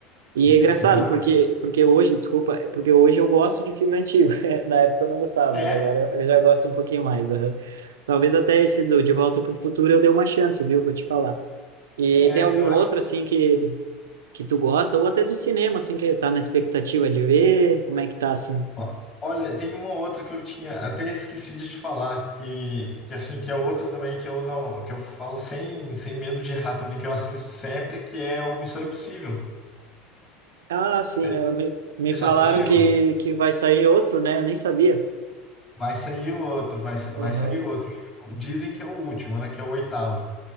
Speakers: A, on the right (about 80°); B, on the left (about 25°).
A: E
B: entendi.
A: é engraçado,
B: Não.
A: porque, porque hoje, desculpa, é porque hoje eu gosto de filme antigo. <laughs> Na época eu não gostava, mas
B: É,
A: agora eu já gosto um pouquinho mais. aham. Talvez até esse do De Volta para o Futuro eu dê uma chance, viu? Vou te falar. E
B: é,
A: tem algum
B: eu acho.
A: outro, assim, que, que tu gosta, ou até do cinema, assim, que tá na expectativa de ver? Como é que tá, assim?
B: ó, Olha, tem uma outra que eu tinha até esqueci de te falar, que, que assim, que é outra também que eu não, que eu falo sem, sem medo de errar também, que eu assisto sempre, que é o Missão Impossível.
A: Ah, sim,
B: Você
A: eu me, me
B: você
A: falaram
B: já assistiu?
A: que, que vai sair outro, né? Eu nem sabia.
B: Vai sair outro, vai, sa-
A: Aham.
B: vai sair outro. Dizem que é o último, né? Que é o oitavo.